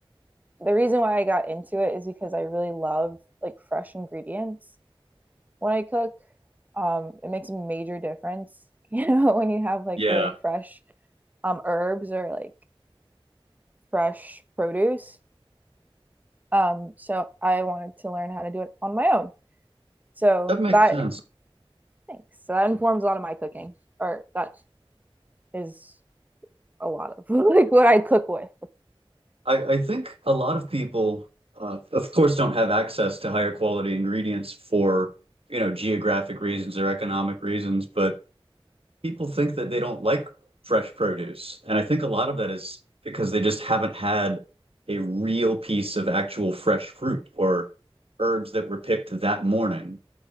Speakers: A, on the right; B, on the right.
A: the reason why i got into it is because i really love like fresh ingredients when i cook um it makes a major difference <laughs> you know when you have like
B: Yeah,
A: really fresh um herbs or like fresh produce Um, so I wanted to learn how to do it on my own. So
B: that makes
A: that
B: sense.
A: thanks. So that informs a lot of my cooking, or that is a lot of <laughs> like what I cook with.
B: I, I think a lot of people, uh, of course, don't have access to higher quality ingredients for, you know, geographic reasons or economic reasons, but people think that they don't like fresh produce. And I think a lot of that is because they just haven't had a real piece of actual fresh fruit or herbs that were picked that morning.